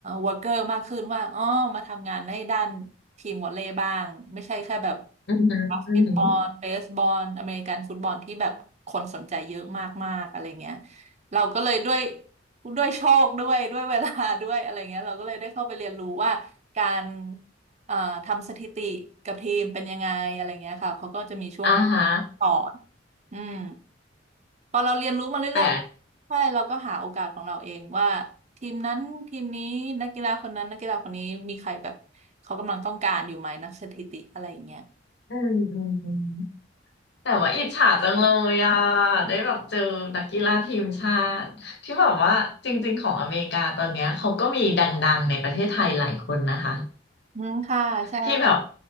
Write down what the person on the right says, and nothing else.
วอร์เกอร์มากขึ้นว่าอ๋อมาทำงานในด้านทีมวอลเลย์บ้างไม่ใช่แค่แบบ
บาสเกตบอลเบสบอลอเมริกันฟุตบอลที่แบบคนสนใจเยอะมากๆอะไรเงี้ยเราก็เลยด้วยด้วยโชคด้วยด้วยเวลาด้วยอะไรเงี้ยเราก็เลยได้เข้าไปเรียนรู้ว่าการเอ่อทำสถิติกับทีมเป็นยังไงอะไรเงี้ยค่ะเขาก็จะมีช่วง
สอนอืม พอเราเรียนรู้มาเรื่อยๆใช่เราก็หาโอกาสของเราเองว่า
ทีมนั้นทีมนี้นักกีฬาคนนั้นนักกีฬาคนนี้มีใครแบบเขากำลังต้องการอยู่ไหมนักสถิติอะไรอย่างเงี้ย
อืมค่ะ ใช่